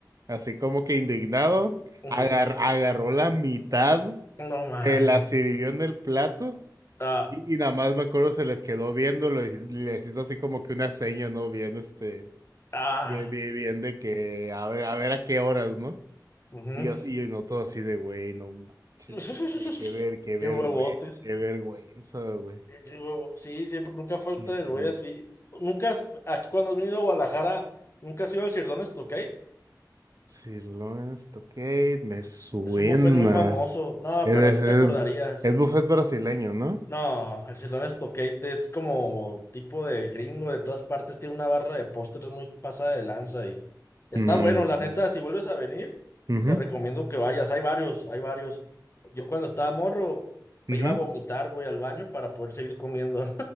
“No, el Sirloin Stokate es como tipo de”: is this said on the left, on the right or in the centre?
Left